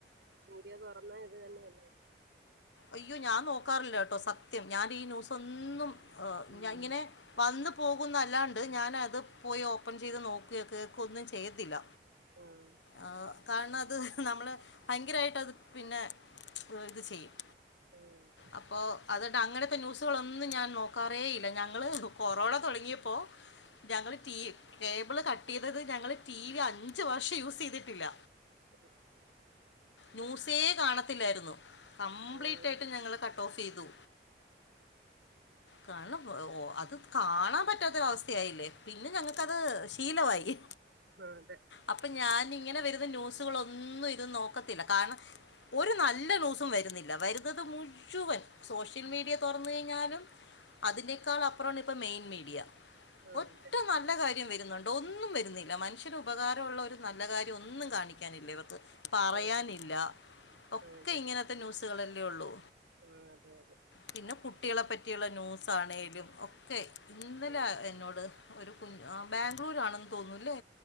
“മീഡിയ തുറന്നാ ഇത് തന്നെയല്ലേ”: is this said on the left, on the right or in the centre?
Right